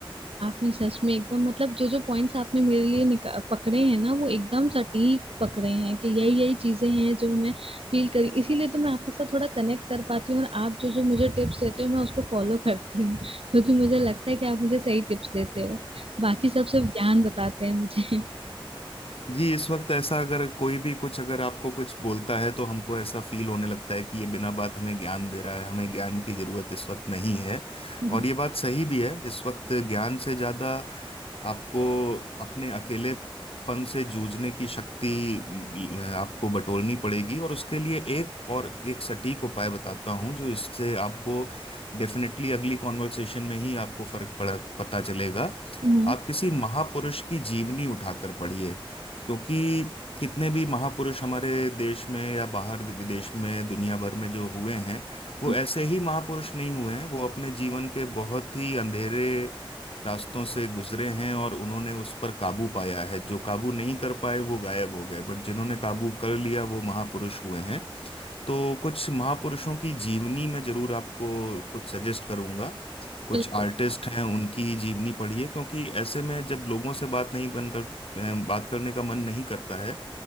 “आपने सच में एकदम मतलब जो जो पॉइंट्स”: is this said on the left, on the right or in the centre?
Right